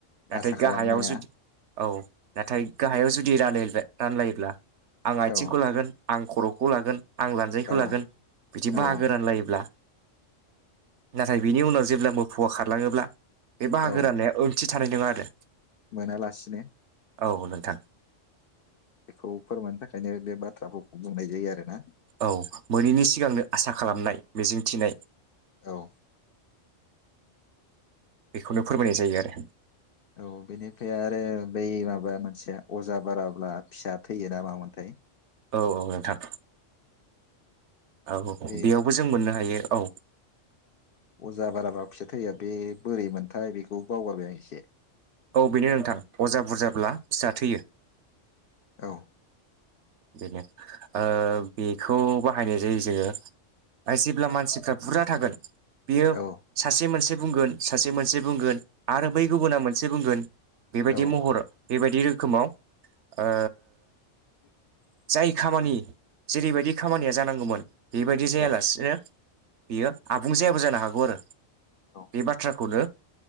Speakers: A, on the right; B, on the left.
A: नाथाय
B: आसा
A: गाहायाव
B: खालामनाया
A: जुदि औ नाथाय गाहायाव जुदि रानलायबाय रानलायोब्ला आं आथिंखौ
B: औ
A: लागोन आं खर'खौ लागोन आं लानजायखौ
B: औ
A: लागोन बिदि
B: औ
A: बाहागो रानलायोब्ला नाथाय बिनि उनाव जेब्ला मो फौआ खारलाङोब्ला बे बाहागोरानाया
B: औ
A: ओ थि थानाय नङा आरो
B: मोनालासिनो
A: औ नोंथां
B: बेखौ फोरमायनो थाखायनो बे बाथ्राफोरखौ बुंनाय जायो आरो ना
A: औ मोनैनि सिगांनो आसा खालामनाय मिजिं थिनाय
B: औ
A: बेखौनो फोरमायनाय जायो आरो
B: औ बेनिफ्राय आरो बै माबा मोन सेया अजा बाराब्ला फिसा थैयो नामा मोनथाय
A: औ औ नोंथां। औ
B: बे
A: बेयावबो जों मोननो हायो। औ
B: अजा बाराबा फिसा थैया बे बोरै मोनथाय बेखौ बावगारबाय आं एसे
A: औ बेनो नोंथां अजा बुरजा ब्ला फिसा थैयो।
B: औ
A: बिनो आ बेखौ बाहायनाय जायो जोङो ओ जेब्ला मानसिफ्रा बुरजा थागोन। बियो
B: औ
A: सासे मोनसे बुंगोन सासे मोनसे बुंगोन आरो बै गुबुना मोनसे बुंगोन बेबायदि
B: औ
A: महर बेबायदि रोखोमाव ओ
B: <inaudible>
A: जाय खामानि जेरैबायदि खामानिया जानांगौमोन बेबायदि जायालासिनो
B: औ
A: बियो आबुं जायाबो जानो हाग <unintelligible>
B: औ
A: बे बाथ्राखौनो